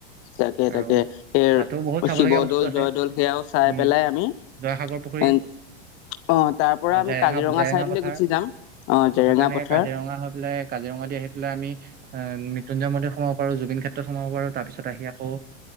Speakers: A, on the left; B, on the right.
A: তাকে
B: আৰু
A: তাকে এই
B: তাতো বহুত চাবলগীয়া
A: শিৱদ'ল
B: বস্তু আছে।
A: জয়দৌল সেয়াও চাই
B: উম,
A: পেলাই আমি
B: জয়সাগৰ পুখুৰী
A: এন-
B: জেৰেঙা
A: অ তাৰ পৰা আমি কাজিৰঙা
B: জেৰেঙা
A: চাইডলৈ
B: পথাৰ
A: গুচি যাম অ জেৰেঙা
B: তাপা এনেকে
A: পথাৰ
B: কাজিৰঙা হৈ পেলাই কাজি কাজিৰঙা দি আহি পেলাই আমি মৃত্যুঞ্জয় মন্দিৰত সোমাব পাৰো জুবিন ক্ষেত্ৰত সোমাব পাৰো তাৰ পিছত আহি আকৌ